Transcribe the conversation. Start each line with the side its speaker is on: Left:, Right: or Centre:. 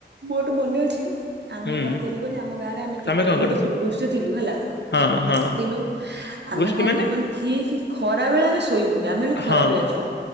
Right: ମୋର ମନେ ଅଛି ଆମେ
Left: ହୁଁ
Right: କଣ କରୁ କୁହନି ଆମ ଗାଁରେ ଆମେ
Left: ତମେ
Right: ତିନି
Left: କଣ
Right: ଜଣ
Left: କର
Right: ଗୋଟ
Left: ସବୁ
Right: ଗ ଗୋଷ୍ଟି ଥିଲୁ ହେଲା
Left: ହଁ ହଁ
Right: ଥିଲୁ ଆମେ
Left: ଗୋଷ୍ଠୀ
Right: କଣ
Left: ମାନେ
Right: କରୁ କହ ଠିକ ଖରା ବେଳେ ଆମେ ଶୋଇବୁନି ଆମେ ହେଲୁ ଖରା
Left: ହଁ
Right: ବେଳିଆ ଛୁଆ